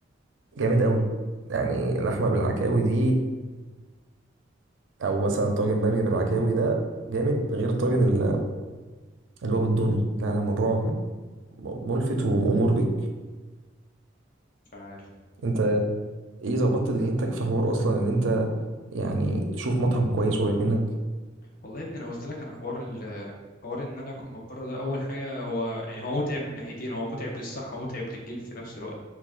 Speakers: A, on the right; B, on the left.
A: جامد قوي يعني لحمه بالعكاوي دي <laughs> او مثلا طاجن باميه بالعكاوي ده جامد غير طاجن ال- اللي هو بالضاني لا لا الموضوع ملفت ومأمور بك
B: مش عارف
A: انت ايه ظبطت دنيتك في حوار اصلا ان انت يعني تشوف مطعم كويس قريب منك
B: والله يا ابني انا قلت لك انا حوار ال حوار ان انا اكون من بره ده اول حاجه هو يعني هو متعب من ناحيتين هو متعب للصحه ومتعب للجيب في نفس الوقت